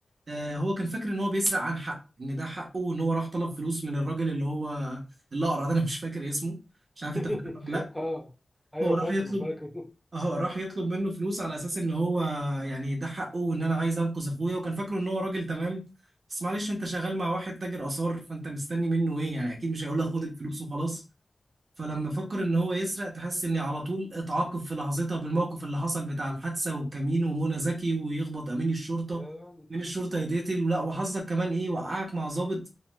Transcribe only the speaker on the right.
آه هو كان فاكر ان هو بيسرق عن حق ان ده حقه وان هو راح طلب فلوس من الراجل اللي هو الاقرع ده انا مش فاكر اسمه مش عارف
انت فاكر ولا لا
هو راح
يطلب
اه راح يطلب منه فلوس على اساس ان هو يعني ده حقه وان انا عايز انقذ اخويا وكان فاكره ان هو راجل تمام بس معلش انت شغال مع واحد تاجر اثار فانت مستني منه ايه يعني اكيد مش هيقول لك
خد الفلوس وخلاص فلما فكر ان هو يسرق تحس اني على طول اتعاقب في لحظتها بالموقف اللي حصل بتاع الحادثه والكمين ومنى زكي ويخبط امين الشرطه
امين الشرطه يتقتل لا وحظك كمان ايه وقعك مع ضابط